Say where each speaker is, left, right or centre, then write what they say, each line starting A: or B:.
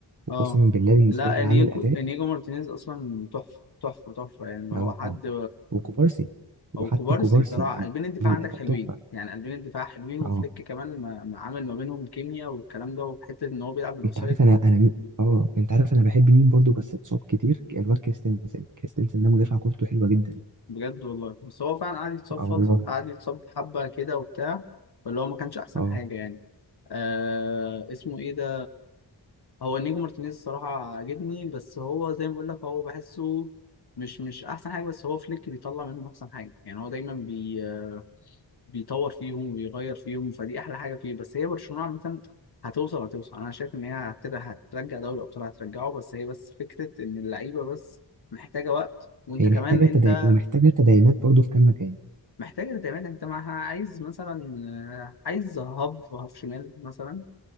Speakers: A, on the right (about 40°); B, on the left (about 55°).
A: وقسما
B: اه
A: بالله بالنسبة
B: لا
A: لي
B: انيجو
A: عامل اداء
B: انيجو مارتينيز اصلا تحفة تحفة تحفة يعني هو
A: اه
B: حد
A: وكوبارسي وحتى
B: او كوبارسي
A: كوبارسي
B: صراحة
A: عامل
B: قلبين الدفاع عندك
A: اداء
B: حلوين
A: تحفة
B: يعني قلبين الدفاع حلوين وفليك
A: اه
B: كمان ما ما عامل ما بينهم كيمياء والكلام ده وحتة ان هو بيلعب بالاوفسايد
A: انت عارف انا انا مين- اه انت عارف انا بحب مين برضو بس اتصاب كتير الواد كريستنسن كريستنسن ده مدافع كورته حلوة جدا
B: بجد والله بس هو فعلا قعد يتصاب
A: اه
B: فترة
A: والله
B: قعد يتصاب حبة كده وبتاع فاللي هو ما كانش أحسن
A: اه
B: حاجة يعني آه اسمه إيه ده هو نيجو مارتينيز الصراحة عاجبني بس هو زي ما بقول لك هو بحسه مش مش أحسن حاجة بس هو فليك بيطلع منهم أحسن حاجة يعني هو دايما بي آه، بيطور فيهم وبيغير فيهم فدي أحلى حاجة فيه بس هي برشلونة عامة هتوصل هتوصل أنا شايف إن هي هتر- هترجع دوري الأبطال هترجعه بس هي بس فكرة إن اللعيبة بس محتاجة وقت وأنت
A: هي
B: كمان
A: محتاجة
B: أنت
A: تدعي ومحتاجة تدعيمات برضه في كام مكان
B: محتاجة تعمل انت معها عايز مثلا آه، عايز هاف هاف شمال مثلا